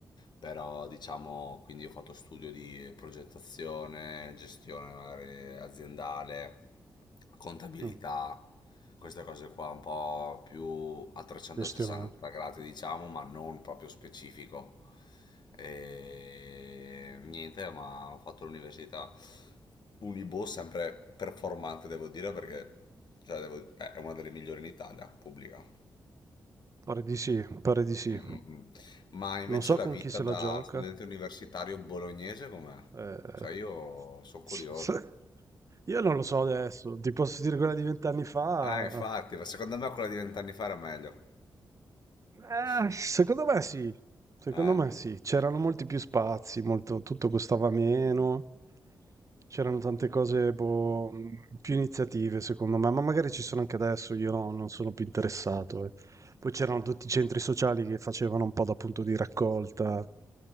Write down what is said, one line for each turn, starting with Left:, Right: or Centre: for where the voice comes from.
Left: però diciamo, quindi ho fatto studio di progettazione, gestione magari aziendale. contabilità,
Right: Mm,
Left: queste cose qua un po' più a 360
Right: gestionale.
Left: gradi, diciamo, ma non proprio specifico. E niente, ma ho fatto l'università Unibo, sempre performante, devo dire, perché cioè, devo- è una delle migliori in Italia, pubblica.
Right: Pare di sì, pare di sì.
Left: Mm, mm, mm. Ma invece
Right: Non so
Left: la
Right: con
Left: vita
Right: chi se
Left: da
Right: la gioca.
Left: studente universitario bolognese com'è?
Right: eh.
Left: Cioè io sono curioso.
Right: <laughs> Io non lo so adesso, ti posso dire quella di vent'anni fa.
Left: Ah, infatti, ma secondo me quella di vent'anni fa era meglio.
Right: Eh,
Left: <laughs>
Right: secondo me sì, secondo
Left: Eh.
Right: me sì. C'erano molti più spazi, molto- tutto costava meno, c'erano tante cose boh, mh, più iniziative secondo me, ma magari ci sono anche adesso, io no- non sono più interessato. eh. Poi c'erano tutti i centri sociali che facevano un po' da punto di raccolta.